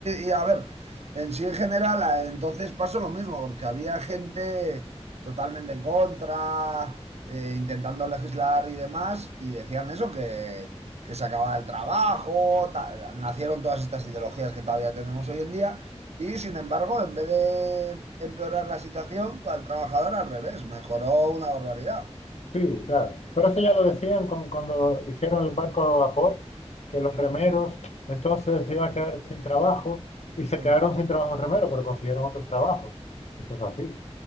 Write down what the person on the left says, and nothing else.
Sí, claro. Pero eso ya lo decían con- cuando hicieron el barco a vapor, que los remeros
entonces se iban a quedar sin trabajo y se
quedaron sin trabajo remeros, pero consiguieron otros trabajos. Esto es así.